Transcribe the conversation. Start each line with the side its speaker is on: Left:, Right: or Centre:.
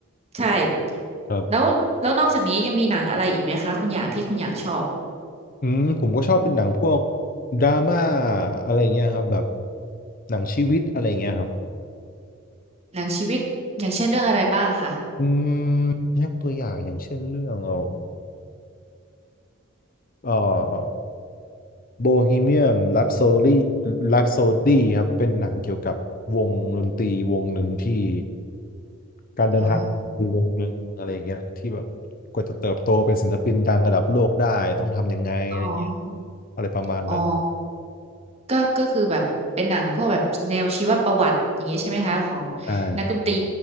Right: ใช่
Left: ครับ
Right: แล้วแล้วนอกจากนี้ยังมีหนังอะไรอีกไหมคะคุณอย่างที่คุณอย่างชอบ
Left: อืมผมก็ชอบเป็นหนังพวกดราม่าอะไรเงี้ยครับแบบหนังชีวิตอะไรเงี้ยครับ
Right: หนังชีวิตอย่างเช่นเรื่องอะไรบ้างคะ
Left: อืมยกตัวอย่างอย่างเช่นเรื่องเอ่อเอ่อโบฮีเมียมแรปโซดีแรปโซดีครับเป็นหนังเกี่ยวกับวงดนตรีวงหนึ่งที่ การเดินทางคือวงหนึ่งอะไรอย่างเงี้ยที่แบบกว่าจะเติบโตเป็นศิลปินดังระดับโลกได้ต้องทำยังไงอะไรอย่างเงี้ย
Right: อ๋ออ๋อ
Left: อะไรประมาณนั้น
Right: อ๋อก็ก็คือแบบเป็นหนังพวกแบบแนวชีวประวัติอย่างนี้ใช่ไหมคะของ
Left: ใช่
Right: นักดนตรี